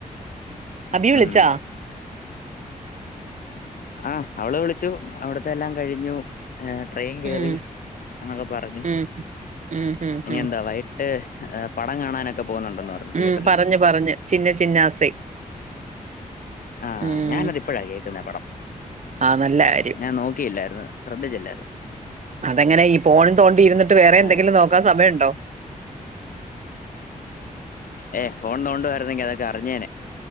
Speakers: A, on the right; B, on the left.
A: അബി വിളിച്ചാ?
B: ഉം ആഹ് അവള് വിളിച്ചു, അവിടുത്തെ എല്ലാം കഴിഞ്ഞു. ഏഹ് ട്രെയിൻ കേറി
A: ഉം
B: <unintelligible> പറഞ്ഞു.
A: ഉം ഉം ഉം
B: ഇനി
A: ഉം
B: എന്താ വൈകിട്ട് ഏ പടം കാണാനൊക്കെ പോകുന്നുണ്ടെന്ന് പറഞ്ഞു തിയേറ്ററിൽ
A: മ് പറഞ്ഞു പറഞ്ഞു ചിന്ന ചിന്നാസൈ
B: ആഹ്
A: ഉം
B: ഞാനത് ഇപ്പഴാ കേക്കുന്നെ പടം.
A: ആ നല്ല കാര്യം.
B: ഞാൻ <unintelligible> ശ്രദ്ധിച്ചില്ലായിരുന്നു.
A: അതെങ്ങനെ ഈ പോൺ തോണ്ടി ഇരുന്നിട്ട് വേറെ എന്തെങ്കിലും
B: ആ
A: നോക്കാൻ സമയണ്ടോ.
B: ഏ ഫോൺ തൊണ്ടുരുന്നെങ്കിൽ അതൊക്കെ അറിഞ്ഞേനെ,